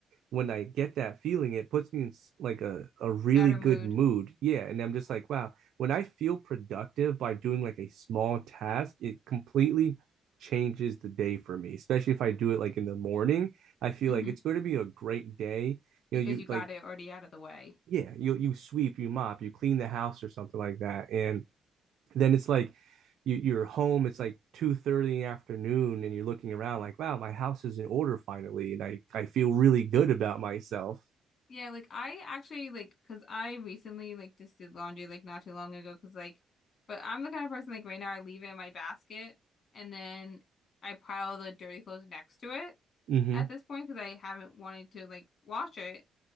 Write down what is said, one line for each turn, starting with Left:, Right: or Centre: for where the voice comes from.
Right: when I get that feeling, it puts me in like a, a really
Left: Better
Right: good
Left: mood.
Right: mood. Yeah. And I'm just like, wow, when I feel productive by doing like a small task, it completely changes the day for me, especially if I do it like in the morning. I feel
Left: hmm
Right: like it's going to be a great day. You
Left: Because
Right: know, you
Left: you got
Right: like,
Left: it already out of the way.
Right: yeah, you you sweep, you mop, you clean the house or something like that. And then it's like you, you're home, it's like 2:30 in the afternoon, and you're looking around like, wow, my house is in order finally. And I, I feel really good about myself.
Left: Yeah, like I actually like because I recently like just did laundry like not too long ago because like but I'm the kind of person like right now I leave it in my basket and then I pile the dirty clothes next to it
Right: Mm-hmm.
Left: at this point because I haven't wanted to like wash it